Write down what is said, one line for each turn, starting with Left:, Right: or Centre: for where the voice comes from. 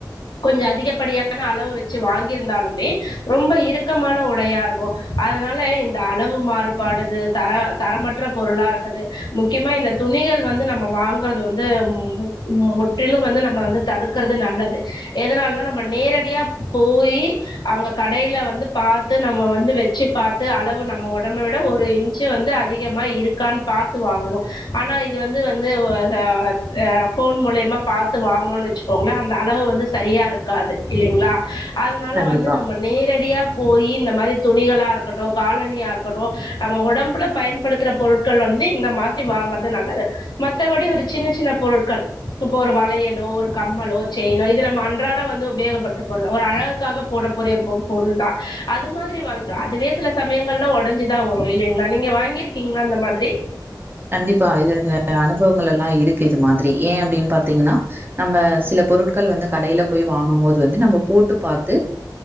Left: கொஞ்ச அதிகப்படியான அளவு வச்சு வாங்கிருந்தாலும் மே ரொம்ப இருக்கமான உடையா இருக்கு அதனால இந்த அளவு மாறுபாடுது தர தரமற்ற பொருளா இருக்கது முக்கியமா இந்த துணிகள் வந்து நம்ம வாங்கறது வந்து மு முற்றிலும் வந்து நம்ம வந்து தடுக்கறது நல்லது எதனாலனா நம்ம நேரடியா போயி அங்க கடையில வந்து பாத்து நம்ம வந்து வெச்சு பாத்து அளவு நம்ம ஒடம்ப விட ஒரு இன்ச்சு வந்து அ திகமா இருக்கான் பாத்து வாங்கணு ஆனா இது வந்து வந்து ஆ ஆ ஃபோன் மூலிய மா பாத்து வாங்னோன் வச்சுக்கோங்ளே அந்த அளவு வந்து சரியா இருக்காது இல்லைங்ளா அதனால
Right: கண்டிப்பா.
Left: வந்து நம்ம நேரடியா போயி இந்த மாதிரி துணிகளா இருக்கட்டு காலணியா இருக்கட்டு நம்ம ஒடம்புல பயன்படுத்தற பொருட்கள் வந்து இந்த மா மாத்தி வாங்கறது நல்லது மத்தபடி ஒரு சின்ன சின்ன பொருட்கள் இப்ப ஒரு வளையலோ ஒரு கம்மலோ ஒரு செயினோ இது நம்ம அன்றாட வந்து உபயோகப்படுத்தப்போறது ஒரு அழகு க்காக போட போறிய பொ பொருள் தா அது மாதிரி வாங்க்க அதுவே சில சமயங்கள்ல ஒடஞ்சுதா வரு இல்லைங் ளா நீங்க வாங்கிருக்கிங்ளா இந்த மாதிரி
Right: கண்டிப்பா இது அனுபவங்களெல்லா இருக்கு இது மாதிரி ஏ அப்டின் பாத்திங்னா நம்ம சில பொருட்கள் வந்து கடையில போய் வாங்கும் போது வந்து நம்ம போட்டு பாத்து